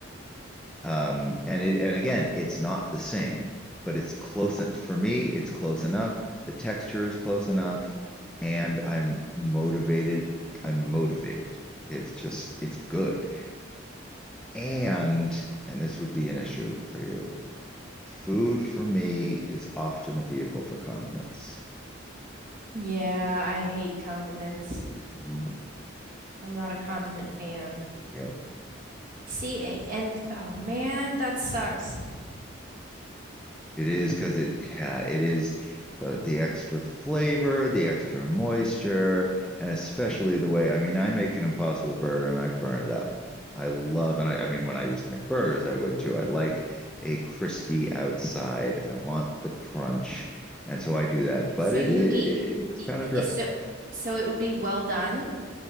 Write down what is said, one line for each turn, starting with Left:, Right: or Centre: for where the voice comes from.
Centre: Um and it and again, it's not the same, but it's close and for me it's close enough. The texture is close enough and I'm motivated. I'm motivated. It's just it's good. And and this would be an issue for you. Food for me is often a vehicle for condiments.
Right: Yeah, I hate condiments.
Centre: Mm-hmm.
Right: I'm not a condiment fan.
Centre: Yeah,
Right: See, a- and oh man, that sucks.
Centre: It is because it uh, it is the the extra flavor, the extra moisture, and especially the way I mean, I make an impossible burger and I burn it up. I love, and I, I mean, when I used to make burgers, I would too. I like a crispy outside. I want the crunch, and so I do that. But
Right: So
Centre: it
Right: you
Centre: it's
Right: eat, y-
Centre: kind of
Right: y-
Centre: dry.
Right: so so it would be well done.